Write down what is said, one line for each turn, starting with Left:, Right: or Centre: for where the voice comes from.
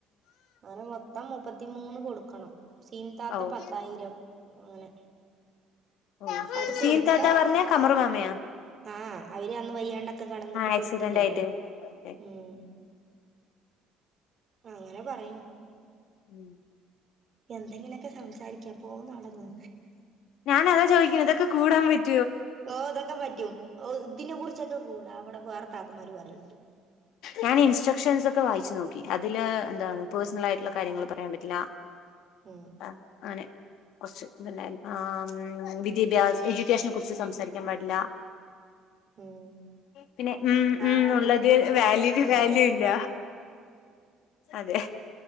Right: അങ്ങനെ മൊത്തം മുപ്പത്തിമൂന്ന് കൊടുക്കണം സീൻത്താത്ത
Left: ഓ ഓ
Right: പത്തായിരം അങ്ങനെ
Left: ഒ
Right: അത്
Left: സീൻതാത്ത
Right: കൊടുത്താ
Left: പറഞ്ഞാ കമർമമായ
Right: ആഹ് അവര് അന്ന് വയ്യാണ്ടൊക്കെ കടന്നിട്ട്
Left: ആക്സിഡന്റ്
Right: കൊടുത്തില്ലാലോ
Left: ആയിട്ട് അതെ
Right: ഉം അങ്ങനെ പറയുന്നു.
Left: ഉം
Right: എന്തെങ്കിലൊക്കെ സംസാരിക്കാം പോ നടന്ന്
Left: ഞാൻഅതാ ചോദിക്കുന്നത് ഇതൊക്കെ കൂടാൻ പറ്റ
Right: ഓ ഇതൊക്കെ പറ്റും ഒ ഇതിനെ കുറിച്ചൊക്കെ കൂടാ അവിടെ വേറെ താത്തന്മാര് പറയണ്ട്.
Left: ഞാൻ ഇൻസ്ട്രക്ഷൻസ് ഒക്കെ വായിച്ചു നോക്കി അതില് എന്താണ് പേഴ്സണൽ ആയിട്ടുള്ള കാര്യങ്ങള് പറയാൻ പറ്റില്ല.
Right: ഉം
Left: ആ ആണ് കുറച്ച് പിന്നെ ആ വിദ്യാഭ്യാസഎഡ്യൂക്കേഷനെ കുറിച്ച് സംസാരിക്കാൻ പാടില്ല.
Right: ഉം
Left: പിന്നെ ഉം ഉം
Right: ആഹ് അത്
Left: ഉള്ളത്
Right: നമ്മ കേൾക്കണല്ലാലോ
Left: വാല്യൂ വാല്യൂ ഇല്ല അതെ